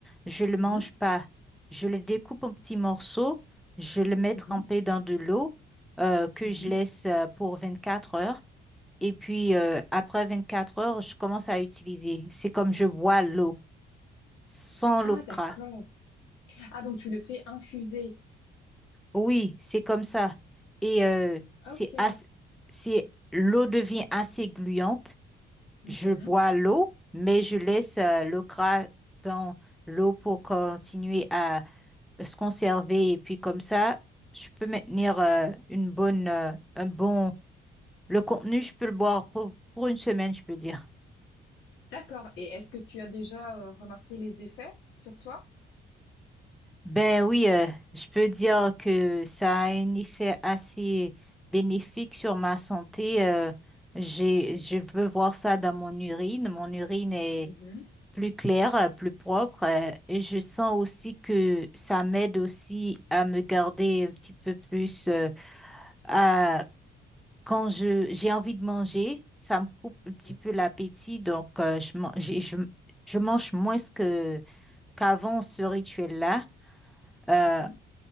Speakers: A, in the centre; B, on the left.
A: Je le
B: Mhm.
A: mange pas. Je le découpe en petits morceaux. Je le mets
B: Mhm.
A: trempé dans de l'eau euh, que
B: Mhm.
A: je laisse euh, pour quatre heures. Et puis euh, après quatre heures, je commence à utiliser. C'est comme je bois l'eau sans
B: Ah,
A: l'eau
B: d'accord.
A: cra.
B: Ah, donc tu le fais infuser.
A: Oui, c'est comme ça. Et euh, c'est
B: Ok.
A: as- c'est l'eau devient assez gluante.
B: Mhm.
A: Je bois l'eau, mais je laisse euh, le gras dans l'eau pour continuer à se conserver. Et puis comme ça, je peux maintenir euh, une bonne, euh, un bon... Le contenu, je peux le boire pour, pour une semaine, je peux dire.
B: D'accord. Et est-ce que tu as déjà euh, remarqué les effets sur toi?
A: Ben oui, euh, je peux dire que ça a un effet assez bénéfique sur ma santé. euh, j'ai, je veux voir ça dans mon urine. Mon urine est
B: Mhm.
A: plus clair, euh, plus propre. euh, Et je sens aussi que ça m'aide aussi à me garder un petit peu plus euh, à, quand je, j'ai envie de manger, ça me coupe
B: Mhm.
A: un petit peu l'appétit. Donc, euh, je, man- j'ai- je, je mange moins que, qu'avant ce rituel-là. Euh,
B: Mhm.